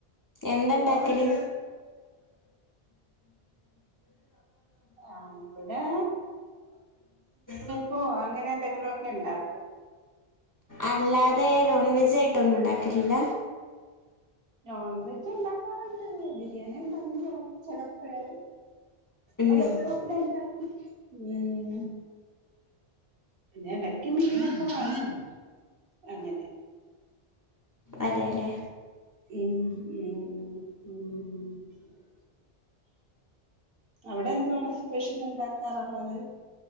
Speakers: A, on the left; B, on the right.
A: എന്ത ഇണ്ടാക്കല്
B: ആ ഇവിടെ
A: <inaudible>
B: പ്പോ അങ്ങനെ എന്തെങ്കിലും ഒക്കെ ഇണ്ടാക്കും
A: അല്ലാതെ നോൺ വെജ് ആയിട്ടൊന്നും ഉണ്ടാക്കലില്ല
B: നോൺ വെജ് ഉണ്ടാക്കാറുണ്ട് ബിരിയാണി ഇണ്ടാക്കും ചെല ചെലപ്പഴ്
A: ഉം
B: വല്ലപ്പോഴും കൂടെ ഉണ്ടാക്കും മ് പിന്നെ ഇടക്ക് മീനൊക്കെ വാങ്ങും അങ്ങനെ
A: അതെല്ലേ
B: മ് മ് മ് അവിടെ എന്തുവാണ് സ്പെഷ്യല് ഇണ്ടാക്കാറുള്ളത്